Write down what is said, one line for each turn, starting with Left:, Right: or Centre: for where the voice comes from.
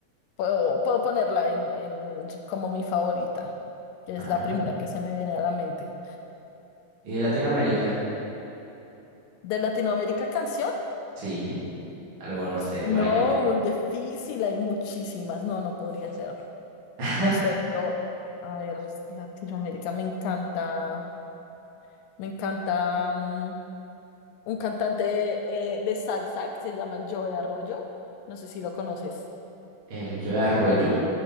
Left: puedo, puedo ponerla en, en como mi favorita, que
Right: Ah.
Left: es la primera que se me viene a la mente.
Right: ¿Y de Latinoamérica?
Left: ¿De Latinoamérica canción?
Right: Sí, algo no sé
Left: No,
Right: por allá.
Left: muy difícil, hay muchísimas. No, no podría hacerlo.
Right: <laughs>
Left: No sé, yo, a ver, Latinoamérica me encanta, me encanta. mm, un cantante eh, de salsa que se llama el Joe Arroyo. No sé si lo conoces.
Right: ¿El Joe Arroyo?